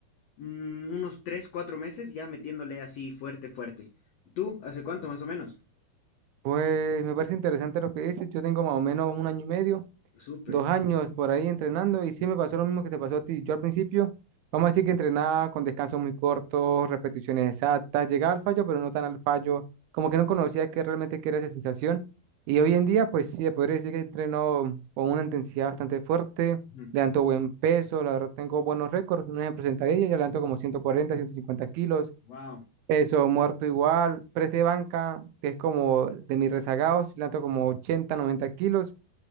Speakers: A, on the left; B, on the right.
A: mm, unos 3, 4 meses ya metiéndole así fuerte, fuerte. ¿Y tú? ¿Hace cuánto más o menos?
B: Pues me parece interesante lo que dices, yo tengo más o menos un año y medio.
A: Súper.
B: dos años por ahí entrenando y sí me pasó lo mismo que te pasó a ti. Yo al principio, vamos a decir que entrenaba con descansos muy cortos, repeticiones exactas, llegaba al fallo, pero no tan al fallo, como que no conocía qué realmente qué era esa sensación. Y hoy en día, pues sí, podría decir que entreno con una intensidad bastante fuerte,
A: Ujú.
B: levanto buen peso, la verdad tengo buenos récords, un ejemplo sentadilla, ya levanto como ciento cuarenta ciento cincuenta kilos,
A: Wow.
B: peso muerto igual, press de banca, que es como de mis rezagados, levanto como 80 90 kilos.